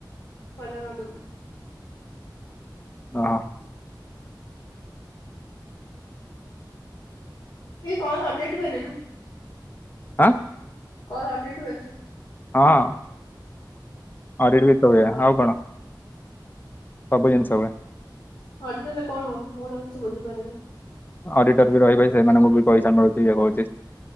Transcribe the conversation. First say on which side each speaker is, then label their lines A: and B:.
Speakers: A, on the left (about 60°); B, on the left (about 25°).
A: ଭଲ ହଉଚୁ।
B: ଓ।
A: ଏଇ କଲ ଅପଡେଟ ହୁଏନିନା?
B: ଆ?
A: କଲ ଅଡିଟ୍ ହୁଏକୀ?
B: ହଁ। ଅଡିଡ ବି ତ ହୁଏ ଆଉ କଣ? ସବୁ ଜିନିଷ ହୁଏ।
A: ଅଡିଟ ହେଲେ କଣ ହବ ମୁଁ ଗୋଟେ କିଛି ବୁଝିପାରୁନି।
B: ଅଡିଟର ବି ରହିବେ ସେମାନଙ୍କୁ ବି ପଇସା ମିଳୁଛି। ଇଏ କହୁଛି।